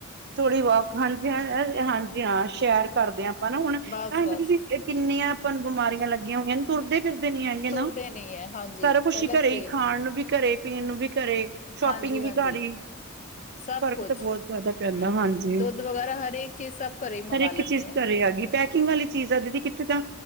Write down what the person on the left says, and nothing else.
ਬਸ-ਬਸ
ਤੁਰਦੇ
ਨੀ ਹੈ ਹਾਂਜੀ
ਪਹਿਲਾਂ
ਤੇ
ਹਾਂਜੀ-ਹਾਂਜੀ
ਸਭ
ਕੁਛ
ਹੂੰ
ਦੁੱਧ, ਵਗੈਰਾ ਹਰੇਕ ਚੀਜ਼ ਸਭ ਘਰੇ ਹੀ ਮੰਗਵਾ
ਲੈਂਦੇ
ਆ।